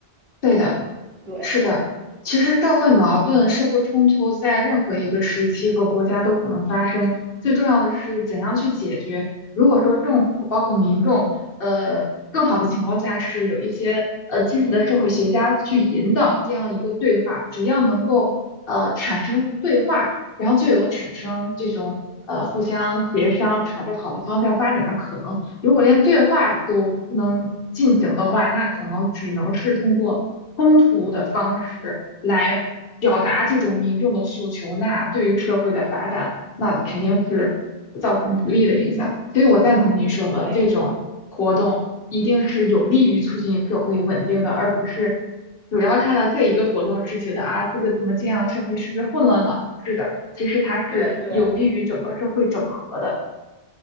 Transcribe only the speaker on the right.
对
对
对对，